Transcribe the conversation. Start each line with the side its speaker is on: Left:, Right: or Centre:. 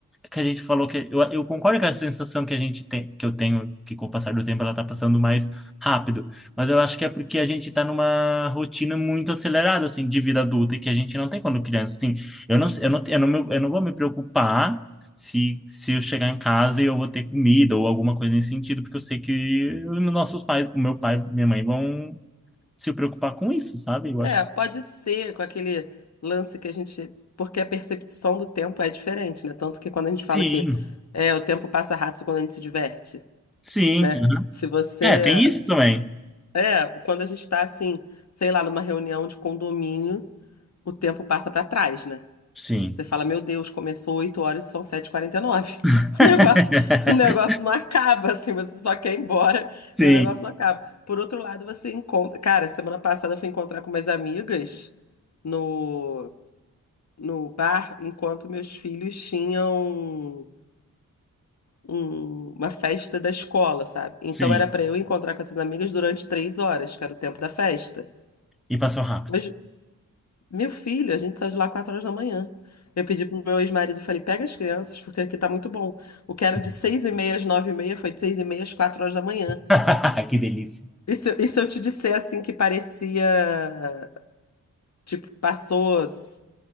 Centre: que a gente falou que eu, eu concordo com a sensação que a gente tem, que eu tenho, que com o passar do tempo ela tá passando mais rápido, mas eu acho que é porque a gente tá numa rotina muito acelerada assim de vida adulta e que a gente não tem quando criança, assim. Eu não eu não eu não, me- eu não vou me preocupar se se eu chegar em casa e eu vou ter comida ou alguma coisa nesse sentido, porque eu sei que os nossos pais, o meu pai, minha mãe vão se preocupar com isso, sabe? Eu acho
Left: É,
Centre: que
Left: pode ser com aquele lance que a gente. Porque a percepção do tempo é diferente, né? Tanto que quando a gente fala
Centre: Sim,
Left: que é, o tempo passa rápido quando a gente se diverte,
Centre: sim.
Left: né? Se você.
Centre: É, tem isso também.
Left: É, quando a gente está assim, sei lá, numa reunião de condomínio, o tempo passa para trás, né?
Centre: Sim.
Left: Você fala, meu Deus, começou 8 horas e são sete e quarenta e nove. <laughs>
Centre: <laughs>
Left: O negócio, o negócio não acaba, assim, você só quer ir embora
Centre: Sim.
Left: e o negócio não acaba. Por outro lado, você encontra. Cara, semana passada eu fui encontrar com umas amigas no, no bar, enquanto meus filhos tinham um- uma festa da escola, sabe? Então
Centre: Sim.
Left: era pra eu encontrar com essas amigas durante três horas, que era o tempo da festa.
Centre: E passou rápido.
Left: Mas Meu filho, a gente saiu de lá quatro horas da manhã. Eu pedi pro meu ex-marido, falei, pega as crianças, porque aqui tá muito bom. O que
Centre: Sim.
Left: era de seis e meia às nove e meia foi de seis e meia às quatro horas da manhã.
Centre: <laughs> Que delícia.
Left: E se, e se eu te disser, assim, que parecia, tipo, passou s-